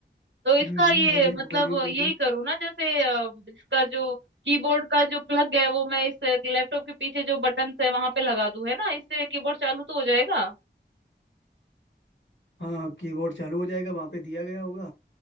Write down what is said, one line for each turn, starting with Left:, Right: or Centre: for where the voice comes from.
Right: तो इसका
Left: हम्म,
Right: ये
Left: हाँ जी
Right: मतलब
Left: बोलिए बोलिए
Right: यही करूँ ना जैसे अ, इसका जो कीबोर्ड का जो प्लग है वो मैं इस लैपटॉप के पीछे जो बटन है वहां पे लगा दूं है ना इससे कीबोर्ड चालू तो हो जाएगा
Left: हाँ कीबोर्ड चालू हो जाएगा वहां पे दिया गया होगा